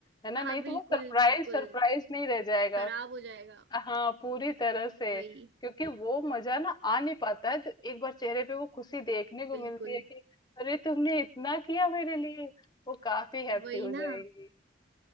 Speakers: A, on the left; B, on the right.
A: है ना?
B: हाँ
A: नहीं तो
B: बिल्कुल
A: वो सरप्राइज़
B: बिल्कुल
A: सरप्राइज़ नहीं रह जाएगा।
B: खराब हो जाएगा
A: हाँ पूरी तरह से
B: वही
A: क्योंकि वो मजा ना आ नहीं पाता है जो एक बार चेहरे पे वो खुशी देखने को
B: बिल्कुल
A: मिलती है कि अरे तुमने इतना किया मेरे लिए वो काफी हैप्पी
B: वही
A: हो
B: ना
A: जाएंगी